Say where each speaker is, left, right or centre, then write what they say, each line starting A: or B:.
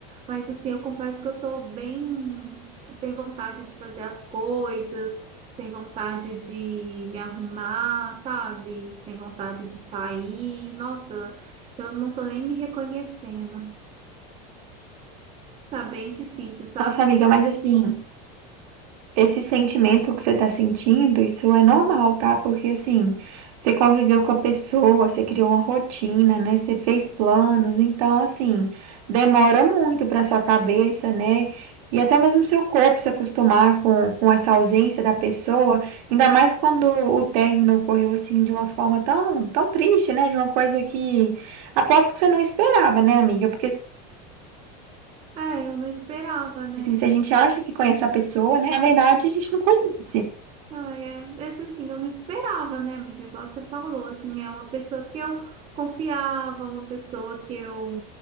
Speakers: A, on the right; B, on the right.
A: Mas assim, eu confesso que eu tô bem sem vontade de fazer as coisas sem vontade de me arrumar, sabe? Sem vontade de sair. Nossa, eu não tô nem me reconhecendo. Tá bem difícil, sabe?
B: Nossa, amiga, mas, assim. Esse sentimento que você está sentindo, isso é normal, tá? Porque assim, você conviveu com a pessoa, você criou uma rotina, né? Você fez planos, então assim, demora muito para sua cabeça, né? E até mesmo seu corpo se acostumar com, com essa ausência da pessoa, ainda mais quando o término ocorreu assim de uma forma tão, tão triste, né? De uma coisa que aposto que você não esperava, né, amiga? Porque
A: É, eu não esperava, né?
B: assim, se a gente acha que conhece a pessoa, né? Na verdade, a gente não conhece.
A: Ah, é, mas assim, eu não esperava, né, amiga? Igual você falou, assim, é uma pessoa que eu confiava, uma pessoa que eu,